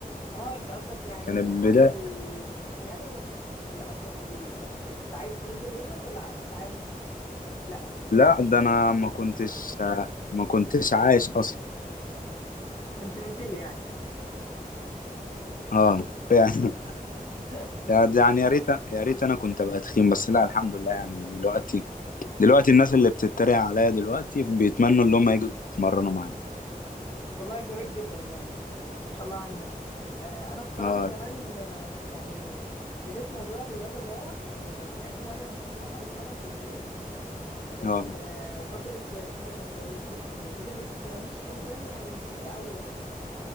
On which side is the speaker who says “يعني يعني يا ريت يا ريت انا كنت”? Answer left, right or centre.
Left